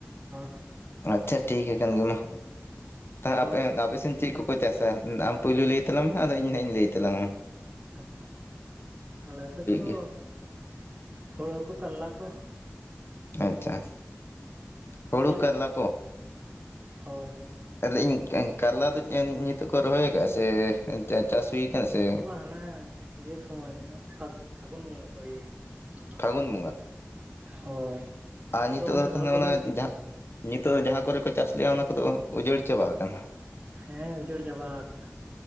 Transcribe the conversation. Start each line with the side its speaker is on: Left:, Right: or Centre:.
Right: ᱦᱚᱸ
Left: ᱟᱪᱪᱷᱟ ᱴᱷᱤᱠ ᱟᱠᱟᱱ ᱜᱮ ᱢᱟ,
Right: ᱨᱚᱦᱚᱭ
Left: ᱟᱯᱮ ᱟᱯᱮᱥᱮᱱ ᱪᱮᱫ ᱠᱚ ᱠᱚ ᱪᱟᱹᱥᱼᱟ ᱟᱢ ᱯᱳᱭᱞᱳ ᱞᱟᱹᱭ ᱛᱟᱞᱟᱝ ᱢᱮᱱᱦᱟᱜ ᱟᱫᱚ ᱤᱧ ᱱᱟᱜᱼᱤᱧ ᱞᱟᱹᱭ ᱛᱟᱞᱟᱝᱼᱟ᱾
Right: ᱦᱮᱸ, ᱟᱞᱮ ᱥᱮᱫ ᱫᱚ
Left: ᱜᱮᱭᱟ
Right: ᱦᱩᱲᱩ ᱠᱚ ᱠᱟᱨᱞᱟ ᱠᱚ᱾
Left: ᱟᱪᱪᱷᱟ᱾ ᱦᱩᱲᱩ
Right: ᱪᱮᱫ?
Left: ᱠᱟᱨᱞᱟ
Right: ᱦᱳᱭ ᱦᱳᱭ᱾
Left: ᱞᱟᱹᱭ ᱤᱧ ᱠᱟᱨᱞᱟ ᱫᱚ ᱧᱤᱛᱚᱜ ᱠᱚ ᱨᱚᱦᱚᱭ ᱠᱟᱫᱼᱟ ᱥᱮ ᱪᱟᱥ ᱦᱩᱭ ᱠᱟᱱᱟ ᱥᱮ
Right: ᱦᱟᱱᱮ ᱤᱭᱟᱹ ᱥᱚᱢᱚᱭ ᱯᱷᱟᱜ ᱯᱷᱟᱜᱟᱩᱱ ᱵᱚᱸᱜᱟ ᱠᱚ ᱤᱭᱟᱹ ᱚᱱᱟ ᱫᱚ᱾
Left: ᱯᱷᱟᱹᱜᱩᱱ
Right: ᱦᱳᱭ᱾
Left: ᱟ ᱱᱤᱛᱚᱜ
Right: ᱚᱱᱮ
Left: ᱫᱚ
Right: ᱦᱳᱲᱳ
Left: ᱛᱟᱦᱞᱮ
Right: ᱠᱚᱜᱮ
Left: ᱚᱱᱟ ᱡᱟᱦᱟᱸ ᱧᱤᱛᱚᱜ ᱫᱚ ᱡᱟᱦᱟᱸ ᱠᱚᱨᱮ ᱠᱚ ᱪᱟᱥ ᱞᱮᱼᱟ ᱚᱱᱟ ᱠᱚᱫᱚ ᱩᱡᱟᱹᱲ ᱪᱟᱵᱟ ᱠᱟᱱᱟ?
Right: ᱦᱮᱸ ᱩᱡᱟᱹᱲ ᱪᱟᱵᱟ ᱠᱟᱱᱟ᱾